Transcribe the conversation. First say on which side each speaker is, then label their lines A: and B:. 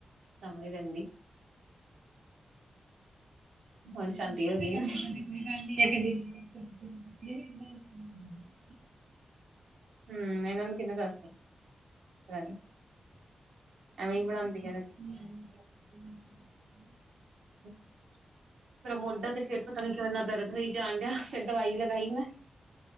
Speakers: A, on the right (about 85°); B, on the right (about 70°).
A: ਸਮਣੇ ਰਹਿੰਦੀ। ਹੁਣ
B: ਪੁੱਛਿਆ
A: ਸ਼ਾਂਦੀ ਹੋ
B: ਸੀ
A: ਗਈ
B: ਕਹਿੰਦੀ
A: ਨਾ।
B: ਏਦਾਂ ਦੀ ਕੋਈ ਗੱਲ ਨਹੀਂ, <unintelligible>
A: ਹੂੰ, ਇਹਨਾਂ ਨੂੰ ਕਿੰਨੇ ਦੱਸਤਾ ਪਤਾ ਨੀ।
B: <unintelligible>
A: ਐਵੇਂ ਹੀ ਬਣਾਉਂਦੀਆਂ ??? <inaudible> ਮੇਰਾ ਮੋਢਾ ਤੇ ਫਿਰ ਪਤਾ ਨੀ ਕਿਉਂ ਦਰਦ ਹੋਈ ਜਾਣ ਡਿਆ, ਫਿਰ ਦਵਾਈ ਲਗਾਈ ਮੈਂ।